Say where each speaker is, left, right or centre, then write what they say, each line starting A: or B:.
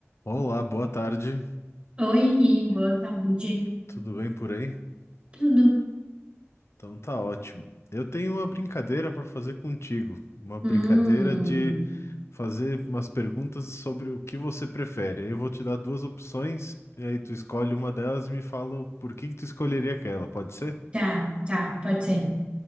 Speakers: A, on the left; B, on the right.
A: Olá, boa tarde.
B: Oi, boa tarde.
A: Tudo bem por aí?
B: Tudo?
A: Então tá ótimo. Eu tenho uma brincadeira para fazer contigo, uma brincadeira
B: Hum,
A: de fazer umas perguntas sobre o que você prefere. Aí Eu vou te dar duas opções e aí tu escolhe uma delas e me fala o porquê que tu escolheria aquela, pode ser?
B: tá, tá, pode ser.